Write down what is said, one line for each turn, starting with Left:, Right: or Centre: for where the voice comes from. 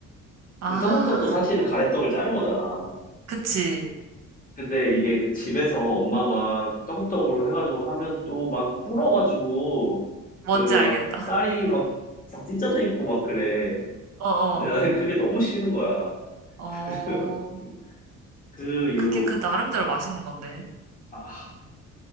Right: 아,
Left: 근데 떡국떡도 사실은 가래떡을 짜는 거잖아.
Right: 그치.
Left: 근데 이게 그 집에서 엄마가 떡국떡으로 해가지고 하면 또 막 불어가지고
Right: 뭔지
Left: 그 막
Right: 알겠다.
Left: 쌀이 막 싹 찢어져 있고 막 그래.
Right: 어, 어,
Left: 근데 나는 <laughs> 그게 너무 싫은 거야. <laughs>
Right: 어,
Left: 그 이후로,
Right: 그게 그 나름대로 맛있는 건데.
Left: 아,